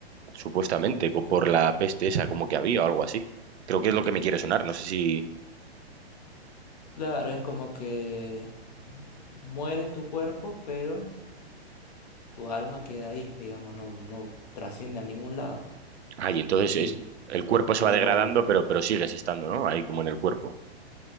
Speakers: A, on the right (about 80°); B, on the left (about 40°).
A: Supuestamente, co- por la peste esa, como que había o algo así. Creo que es lo que me quiere sonar, no sé si...
B: Claro, es como que muere tu cuerpo, pero tu alma queda ahí, digamos, no, no trasciende a ningún lado.
A: Ay, entonces
B: Y,
A: es- el cuerpo
B: y
A: se va
B: ahí
A: degradando,
B: vuelve.
A: pero, pero sigues estando, ¿no? Ahí como en el cuerpo.